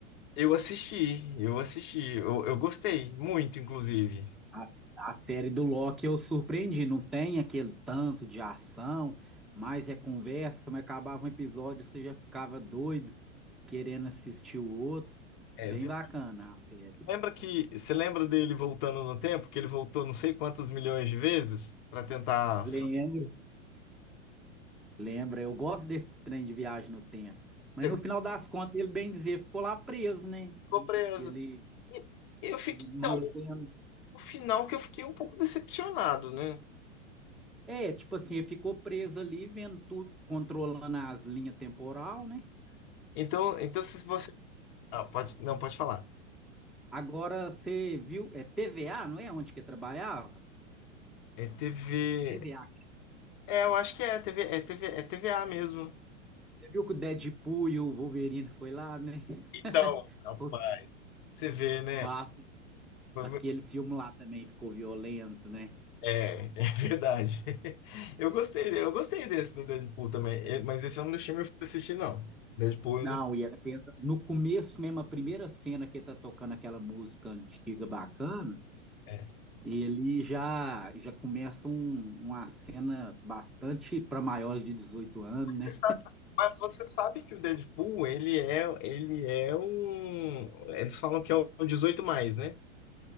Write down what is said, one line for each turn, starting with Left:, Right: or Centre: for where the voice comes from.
Left: Eu assisti, eu assisti, eu, eu gostei muito, inclusive.
Centre: A, a série do Loki eu surpreendi, não tem aquele tanto de ação, mas é conversa, mas acabava um episódio, você já ficava doido, querendo assistir o outro.
Left: É,
Centre: Bem
Left: ve-
Centre: bacana a série.
Left: lembra que você lembra dele voltando no tempo, que ele voltou não sei quantos milhões de vezes para tentar
Centre: Lembro, lembra, eu gosto desse trem de viagem no tempo. Mas
Left: fazer,
Centre: no final das contas, ele bem dizer, ficou lá preso, né?
Left: ficou preso.
Centre: Que ele,
Left: E Eu fiquei,
Centre: ele mantendo.
Left: então, o final que eu fiquei um pouco decepcionado, né?
Centre: É, tipo assim, ele ficou preso ali, vendo tudo, controlando as linhas temporal, né?
Left: Então, então se você, ah, pode, não pode falar.
Centre: Agora você viu, é TVA, não é? Onde que eu trabalhava?
Left: É TV.
Centre: TVA.
Left: É, eu acho que é TV, é TV, é TVA mesmo.
Centre: Você viu que o Deadpool e o Wolverine foi lá, né?
Left: Então,
Centre: <laughs>
Left: rapaz,
Centre: Os
Left: você vê, né?
Centre: Massa.
Left: Foi-
Centre: Aquele filme lá também ficou violento, né?
Left: É, é verdade. <laughs> Eu gostei, eu gostei desse do Deadpool também, é, mas esse eu não deixei meu filho assistir, não. Deadpool,
Centre: Não,
Left: eu não,
Centre: e ela pensa, no começo mesmo, a primeira cena que ele tá tocando aquela música antiga bacana,
Left: é.
Centre: ele já já começa um- uma cena bastante para maiores de 18 anos,
Left: Você
Centre: né?
Left: sabe, mas você sabe que o Deadpool, ele é, ele é um, eles falam que é o 18 mais, né?